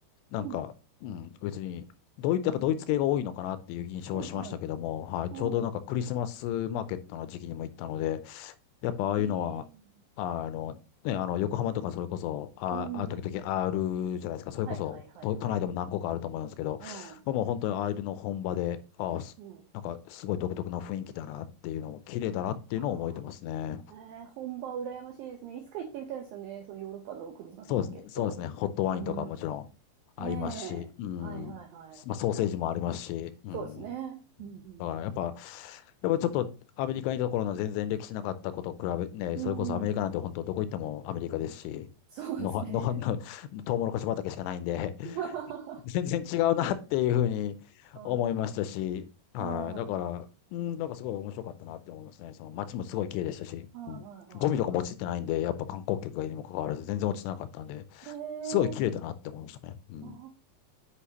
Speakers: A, on the left; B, on the right.
A: なんか、
B: うん。
A: うん、別に、ドイツ、やっぱドイツ系が多いのかなっていう印象はしましたけども、
B: はいはい。
A: はい。
B: うん。
A: ちょうどなんかクリスマスマーケットの時期にも行ったので、やっぱああいうのは、
B: ええ
A: あの、ね、あの、横浜とかそれこそ、あ、
B: うん。
A: あ、時々あるじゃないですか。それこそ、
B: はいはいはいはい。
A: 都、都内でも何個かあると思うんですけど、
B: うん。
A: まあ、もう本当にああいうの本場で、あすなんかすごい独特な雰囲気だなっていうのも、
B: うん。
A: 綺麗だなっていうのを覚えてますね。
B: ああ。ええ本場羨ましいですね。いつか行ってみたいですよね。そのヨーロッパのクリスマスマーケット。
A: そうですね。そうですね。ホットワインとかもちろんありますし、
B: うん。ねえ。
A: うん。
B: はいはいはい。
A: まあ、ソーセージもありますし、
B: いや
A: うん。
B: そうですね。うんうん
A: だからやっぱ、やっぱちょっとアメリカにいた頃の全然歴史なかったことと比べ、ね、
B: うんうん。
A: それこそアメリカなんて本当どこ行ってもアメリカですし、
B: そうですね。
A: のは、のは、の、トウモロコシ畑しかないんで、
B: <laughs>
A: <laughs> 全然違うなっていうふうに思いましたし、
B: はい。
A: はい。
B: はい
A: だから、うん、なんかすごい面白かったなって思いますね。その街もすごい綺麗でしたし、
B: はいはいは
A: うん、ゴミとかも落ちてないんで、やっぱ観光客がいるにもかかわらず全然落ちてなかったんで、
B: い。へえ。
A: すごい綺麗だなって思いましたね。うん。
B: ああ。